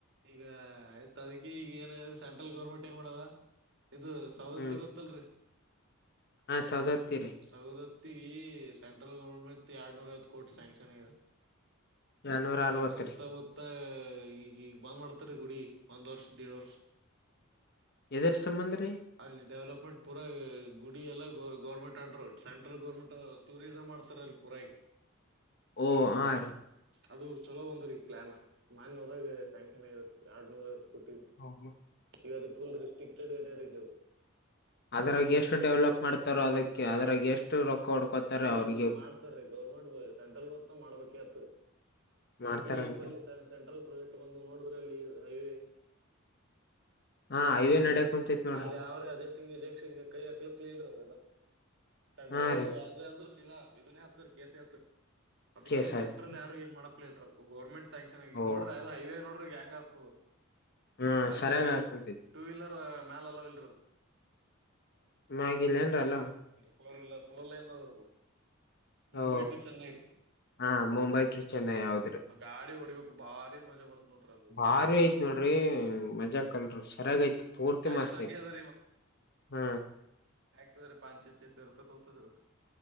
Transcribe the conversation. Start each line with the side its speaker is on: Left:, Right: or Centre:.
Right: ಈಗ ಆಯ್ತ ಅದಕ್ಕೆ ಈಗ ಏನ ಸೆಂಟ್ರಲ್ ಗೌರ್ಮೆಂಟ್ ಏನ್ ಮಾಡದ ಇದು ಸವದತ್ತಿ
Left: ಹ್ಮ್
Right: ಗೊತ್ತಲ್ರಿ
Left: ಹಾ ಸೌದತ್ತಿರಿ
Right: ಸೌದತ್ತಿಗೆ ಸೆಂಟ್ರಲ್ ಗೌರ್ಮೆಂಟ್ ಎರಡ್ನೂರ ಐವತ್ತು ಕೋಟಿ ಸ್ಯಾಂಕ್ಷನ್ ಆಗಿದೆ
Left: ಎರಡ್ನೂರ ಅರವತ್ತರಿ
Right: ಈಗ ಸುತ್ತಮುತ್ತ ಈಗ ಈಗ ಬಂದ್ ಮಾಡ್ತಾರ ಗುಡಿ ಒಂದ್ ವರ್ಷ <unintelligible> ವರ್ಷ
Left: ಎದರ ಸಂಬಂಧ ರೀ
Right: ಅಲ್ಲಿ ಡೆವಲಪ್ಮೆಂಟ್ ಪೂರ ಗುಡಿ ಎಲ್ಲ ಗ government under central government tourism ಮಾಡ್ತಾರ ಅಲ್ಲಿ <unintelligible>
Left: ಓ ಹಾ ರೀ
Right: ಅದು ಚಲೋ ಒಂದ್ರಿ ಪ್ಲಾನ್ ಮಾನ್ ಹೋದಾಗ ಶ್ಯಾಂಕ್ಷನ್ ಗ ಎರ್ಡ್ನೂರ ಐವತ್ತು ಕೊಟ್ಟಿದು
Left: ಹ್ಮ
Right: ಈಗ ಅದು ಫುಲ್ ರೆಟ್ರಿಕ್ಟೆಡ್ ಏರಿಯಾ ರಿ ಅದು
Left: ಅದ್ರಾಗ ಎಷ್ಟು ಡೆವಲಪ್ ಮಾಡ್ತಾರೋ ಅದಕ್ಕೆ ಅದ್ರಾಗ ಎಷ್ಟು ರೊಕ್ಕ ಹೊಡ್ಕೋತಾರ
Right: ಇಲ್ಲ ಇಲ್ಲ
Left: ಅವ್ರಿಗೆ
Right: ಅದ ಮಾಡ್ತಾರೀ ಗೌರ್ಮೆಂಟ್ ಸೆಂಟ್ರಲ್ ಮಾಡ್ಬೇಕ ಆತ್
Left: ಮಾಡ್ತಾರನ್ರಿ
Right: ಈಗ ನಿಂಬಲ್ಲಿ ಸೆಂಟ್ರಲ್ ಪ್ರಾಜೆಕ್ಟ್ ಬಂದು ನೋಡಿದ್ರಲ್ರಿ ಹೈವೇ
Left: ಹಾ
Right: ನಿಮ್
Left: ಹೈವೇ
Right: ಜರಿ
Left: ನಡ್ಯಕ್ ಕುಂತೈತ್ ನೋಡ್ರಿ
Right: ಅಲ್ಲಿ ಅವ್ರೆ ಅದ <unintelligible> <unintelligible> ಸೆಟ್ರಲ್
Left: ಹಾ
Right: ಅವ
Left: ರೀ
Right: ಇ ಅಂದ್ರ ಇದೇ ಹತ್ರಿ ಕೆಸ ಹತ್ತ ಅದಕ್ಕೆ
Left: ಕೇಸ್
Right: ಸೆಂಟ್ರಲ್
Left: ಆಯ್ತ್
Right: ಯಾರು ಏನ್ ಮಾಡಪ್ಪಾ ಇಲ್ಲ ಗೌರ್ಮೆಂಟ್ ಸ್ಯಾಂಕ್ಷನ್ ಆಗ
Left: ಓ
Right: ನೋಡ್ರ ಅದು ಹೈವ ನೋಡ್ರಿ ಹೆಂಗ ಆಗ್ತದ.
Left: ಹಾ
Right: ಅಲ್ಲಿ
Left: ಸರಿಯಾಗ
Right: ನಮ
Left: ಆಕುಂತೈತಿ
Right: ಟೂ ವೀಲರ್ ಮ್ಯಾಲ ಅಲೋವ್ ಇಲ್ರಿಅದು.
Left: ಮ್ಯಾಗಿದೇನ್ರಿ ಅಲೋವ್
Right: ಫೋರ್ ವೀಲರ್ ಫೋರ್ ಲೈನಾದು ಮುಂಬೈ
Left: ಓ
Right: ಟು ಚೆನ್ನೈ.
Left: ಹಾ ಮುಂಬೈ ಟು ಚೆನ್ನೈ ಹೌದ್ರಿ
Right: ಗಾಡಿ ಹೊಡಿಬೇಕು ಭಾರಿ ಮಜಾ ಬರ್ತ್ ನೋಡ್ರಿ ಅದು
Left: ಬಾರಿ ನೋಡ್ರಿ ಮಜಾಕ್ಲ್ರಿ ಸರಿಯಾಗೈತ್ ಪೂರ್ತಿ
Right: ಟ್ಯಾಕ್ಸ್
Left: ಮಸ್ತ್
Right: ಹಂಗೆ
Left: ಐತ್
Right: ಅದ
Left: ಹ್ಮ.
Right: ಎಕ್ಸ ಪಚಶೆ ಚಸೆ ರೂಪ ತ ಹತ ರ <unintelligible>